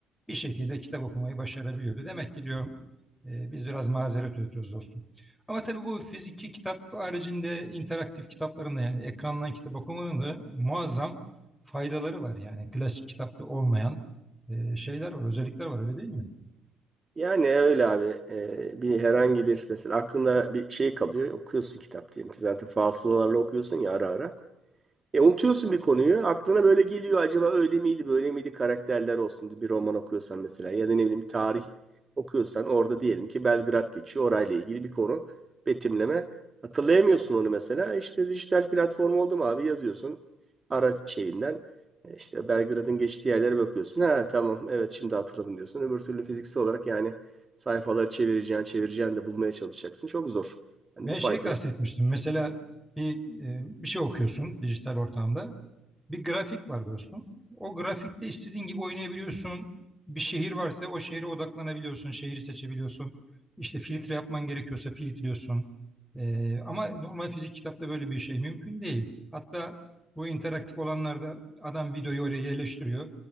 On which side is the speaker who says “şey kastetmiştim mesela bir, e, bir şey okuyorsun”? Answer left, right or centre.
Centre